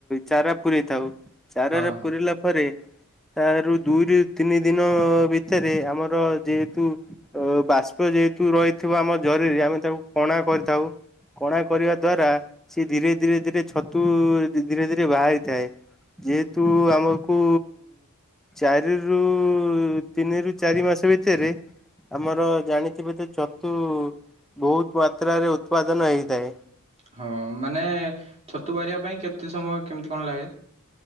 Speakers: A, in the centre; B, on the right (about 30°).
A: ଚାରା ପୁରେଇ ଥାଉ ଚାରା
B: ହଁ
A: ରେ
B: ହଁ
A: ପୁରିଲା। ପରେ ତା ରୁ ଦୁଇ ରୁ ତିନି ଦିନ ଭିତରେ ଆମର ଯେହେତୁ। ଓ ବାଷ୍ପ ଯେହେତୁ ରହିଥିବ ଆମ ଜରିରେ ଆମେ ତାକୁ କଣା କରିଥାଉ। କଣା କରିବା ଦ୍ଵାରା ସିଏ ଧୀରେ ଧୀରେ ଧୀରେ ଛତୁ ଧୀରେ ଧୀରେ ବାହାରିଥାଏ। ଯେହେତୁ ଆମକୁ। ଚାରି ରୁ ତିନି ରୁ ଚାରି ମାସ ଭିତରେ। ଆମର ଜାଣିଥିବେ ତ ଛତୁ ବହୁତ ମାତ୍ରାରେ ଉତ୍ପାଦନ ହେଇଥାଏ।
B: ହଁ ମାନେ ଛତୁ ବାହାରିବା ପାଇଁ କେତେ ସମୟ କେମିତି କଣ ଲାଗେ।